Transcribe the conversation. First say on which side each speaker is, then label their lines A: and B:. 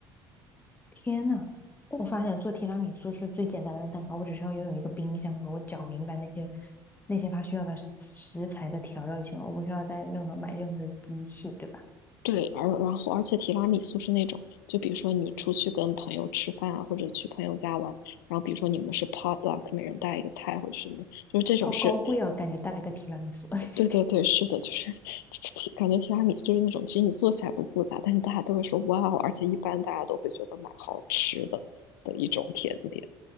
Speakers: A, on the left; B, on the left.
A: 天呐！我发现做提拉米苏是最简单的蛋糕，我只需要拥有一个冰箱和我搅明白那些那些它需要的食材的调料就行了，我不需要再任何买任何的机器，对吧？
B: 对，而然后而且提拉米苏是那种，就比如说你出去跟朋友吃饭啊，或者去朋友家玩，然后比如说你们是 potluck，每人带一个菜或者什么，就是这种是，
A: 好高贵啊，感觉带了个提拉米苏，<laughs>
B: 对对对，是的，就是 <laughs> 提感觉提拉米苏就是那种，其实你做起来不复杂，但是大家都会说哇哦，而且一般大家都会觉得蛮好吃的的一种甜点，